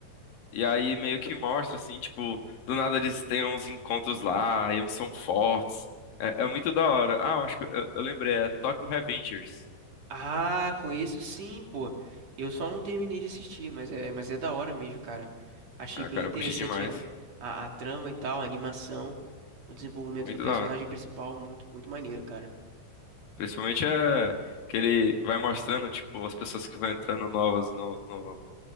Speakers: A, on the left; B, on the right.
A: E aí meio que mostra, assim, tipo, do nada eles têm uns encontros lá, e uns são fortes. É, é muito da hora. Ah, eu acho que eu, eu lembrei, é Tokyo Revengers.
B: Ah, conheço sim, pô. Eu só não terminei de assistir, mas é, mas é da hora mesmo, cara. Achei
A: Ah,
B: bem
A: cara,
B: interessante
A: eu curti demais.
B: é, a, a trama e tal, a animação, o desenvolvimento
A: Muito
B: do personagem
A: da hora.
B: principal, muito, muito maneiro, cara.
A: Principalmente é que ele vai mostrando, tipo, as pessoas que vão entrando novas no no-